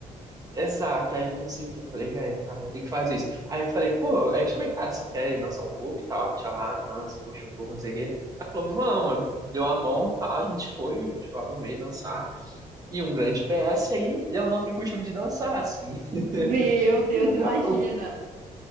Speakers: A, on the right (about 25°); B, on the right (about 80°).
A: Exato, aí eu pensei que eu falei, velho, tá, vou ter que fazer isso. Aí eu falei, pô, aí eu chamei, cara, você quer dançar um pouco e tal? A gente vai lá, dança, curte um pouco, não sei o quê. Ela falou, vamos, deu a mão e tal, a gente foi, a gente foi lá pro meio dançar. E um grande PS, aí eu não tenho costume de dançar, assim. <laughs>
B: Meu Deus,
A: Então,
B: imagina.